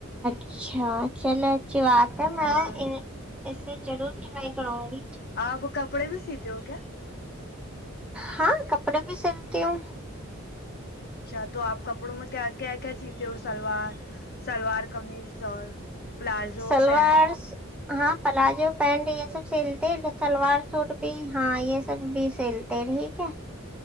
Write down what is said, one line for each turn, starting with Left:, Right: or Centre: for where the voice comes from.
Centre: اچھا چل و اک میں
Left: ہاں
Centre: ایسے ضور ٹرائی کراوں گی
Left: آپ کپڑے بھی سیتے جوو کیا
Centre: ہاں کپڑے بھی سلتی ہوں
Left: اچھا تو آپ کپڑوں میں کیا کیا کیا سیتے ہو سلوار سلوار قمیص اور پلازو
Centre: سلوار
Left: پینٹ
Centre: ہاں پلازو پینٹ یہ سب سیلتے ہیں سلوار سوٹ بھی ہاں یہ سب بھی سیلتے ٹھیک ہے